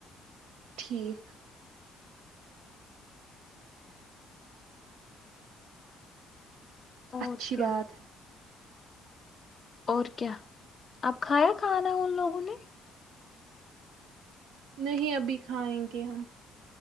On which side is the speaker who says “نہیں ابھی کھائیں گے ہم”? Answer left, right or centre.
Right